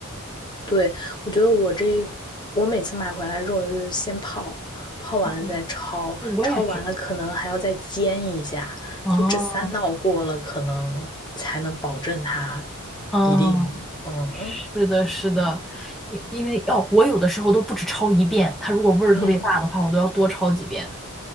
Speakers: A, on the left; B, in the centre.
A: 对，我觉得我这一我每次买回来肉就是先泡，泡完了再焯，
B: 嗯，我也是。
A: 焯完了可能还要再煎一下，
B: 哦，
A: 就这三道过了，可能才能保证它
B: 嗯，
A: 一定，嗯
B: 是的，是的，因因为哦，我有的时候都不止焯一遍，它如果味儿特别大的话，
A: 嗯。
B: 我都要多焯几遍。